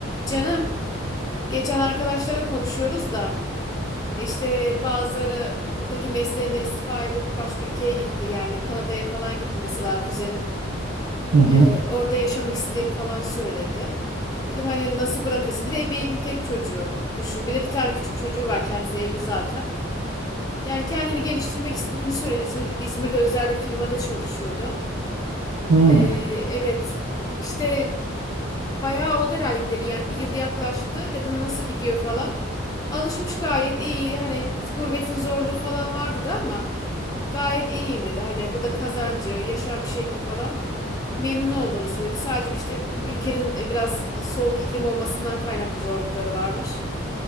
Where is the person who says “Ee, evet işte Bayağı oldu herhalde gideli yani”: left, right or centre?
Left